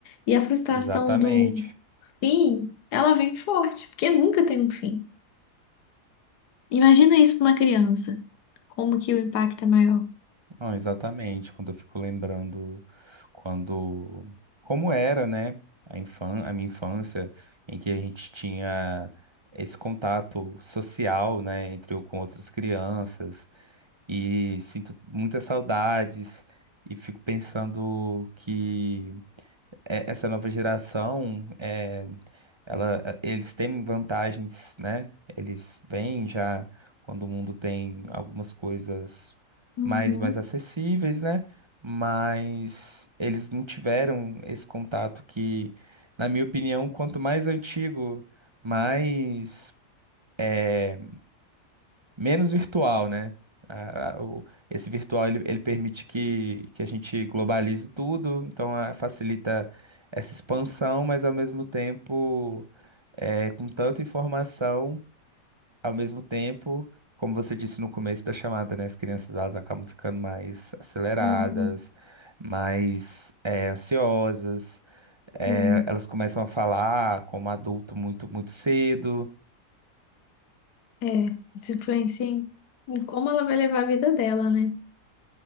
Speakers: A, on the left; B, on the right.
A: E a frustração
B: Exatamente.
A: do fim, ela vem forte, porque nunca tem um fim. Imagina isso para uma criança, como que o impacto é maior.
B: Não, exatamente, quando eu fico lembrando quando como era, né, a infan a minha infância em que a gente tinha esse contato social, né, entre eu com outras crianças e sinto muitas saudades e fico pensando que é, essa nova geração, é, ela, eh, eles têm vantagens, né? Eles vêm já quando o mundo tem algumas coisas
A: Uhum.
B: mais, mais acessíveis, né? Mas eles não tiveram esse contato que, na minha opinião, quanto mais antigo, mais. é, menos virtual, né? A- a- o- esse virtual ele, ele permite que, que a gente globalize tudo, então ah, facilita essa expansão, mas ao mesmo tempo, é, com tanta informação, ao mesmo tempo, como você disse no começo da chamada, né? As crianças elas acabam ficando mais aceleradas,
A: Uhum,
B: mais é, ansiosas, é,
A: sim.
B: elas começam a falar como adulto muito, muito cedo.
A: É, isso influencia em em como ela vai levar a vida dela, né?